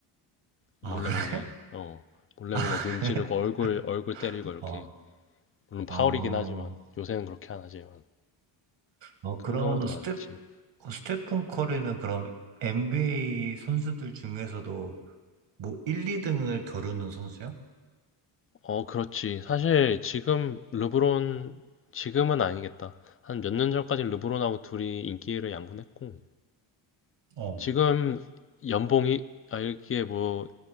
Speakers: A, on the left; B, on the right.
A: 몰래
B: 아 그래?
A: 몰래. 어. 몰래 몰래
B: <laughs>
A: 눈 찌르고 얼굴, 얼굴 때리고 이렇게.
B: 어,
A: 물론 파울이긴
B: 아,
A: 하지만 요새는 그렇게 안 하지만
B: 어,
A: 그런
B: 그러면은
A: 경우도 많았지.
B: 스텝, 어, 스테픈 커리는 그럼 NBA 선수들 중에서도 뭐 1, 2등을 겨루는 선수야?
A: 어, 그렇지. 사실 지금 르브론 지금은 아니겠다. 한 몇 년 전까지 르브론하고 둘이 인기를 양분했고
B: 어,
A: 지금 연봉이 아 이게 뭐